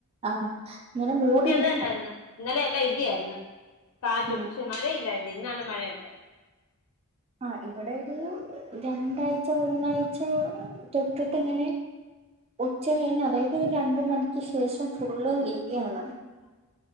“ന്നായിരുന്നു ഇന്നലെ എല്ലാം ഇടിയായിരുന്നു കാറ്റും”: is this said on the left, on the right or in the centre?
Left